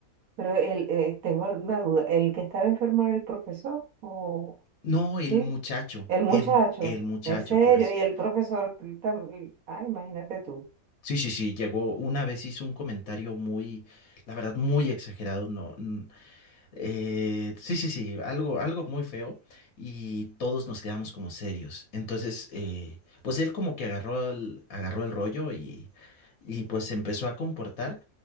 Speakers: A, on the right (about 80°); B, on the left (about 70°).
A: pero el, eh, tengo una duda, ¿el que estaba enfermo era el profesor? ¿O
B: No, el
A: sí?
B: muchacho,
A: El muchacho,
B: el, el muchacho,
A: en serio,
B: pobrecito.
A: y el profesor tam- ay, imagínate tú,
B: Sí, sí, sí, llegó una vez, hizo un comentario muy, la verdad, muy exagerado, no, n- eh, sí, sí, sí, algo, algo muy feo y todos nos quedamos como serios. Entonces, eh, pues él como que agarró el, agarró el rollo y, y pues se empezó a comportar